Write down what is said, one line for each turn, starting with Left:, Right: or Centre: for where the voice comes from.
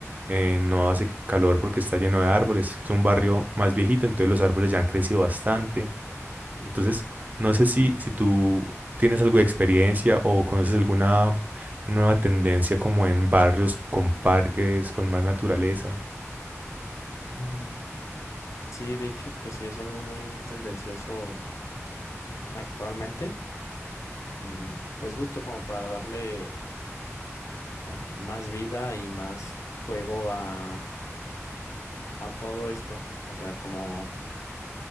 Right: eh, no hace calor porque está lleno de árboles, es un barrio más viejito, entonces los árboles ya han crecido bastante. Entonces, no sé si, si tú tienes algo de experiencia o conoces alguna nueva tendencia como en barrios con parques, con más naturaleza.
Left: Mm, Sí, de hecho, pues sí es algo muy tendencioso actualmente, em, pues justo como para darle eh, más vida y más juego a, a todo esto. O sea, como,